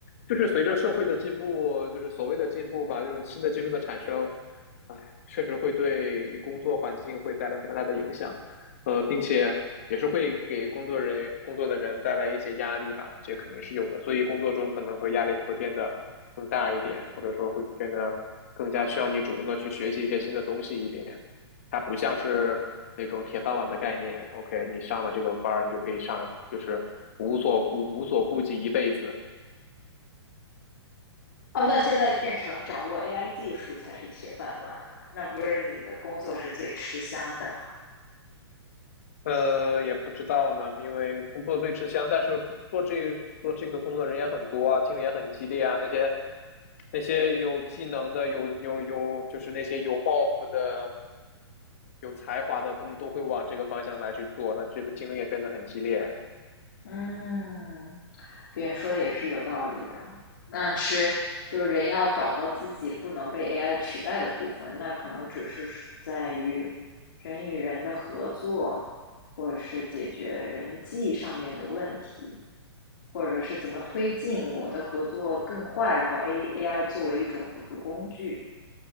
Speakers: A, on the left; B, on the left.
A: 就是随着社会的进步，就是所谓的进步吧，这种新的技术的产生，哎，确实会对工作环境会带来非常大的影响，呃，并且也是会给工作人员、工作的人带来一些压力吧，这肯定是有的。所以工作中可能会压力就会变得更大一点，或者说会变得更加需要你主动的去学习一些新的东西一点。它不像是那种铁饭碗的概念，OK，你上了这个班儿你就可以上，就是无所顾无所顾忌一辈子。
B: 哦，那现在变成掌握 AI 技术才是铁饭碗了，那不是你的工作是最吃香的了。
A: 呃，也不知道呢，因为工作最吃香，但是做这做这个工作的人也很多啊，竞争也很激烈啊。那些那些有技能的，有有有，就是那些有抱负的、有才华的，他们都会往这个方向来去做，那这个竞争也变得很激烈啊。
B: 嗯，也说的也是有道理的。嗯，是，就是人要找到自己不能被 AI 取代的部分，那可能只是是在于人与人的合作，或者是解决人际上面的问题，或者是怎么推进我的合作更快，然后 A AI 作为一种辅助工具。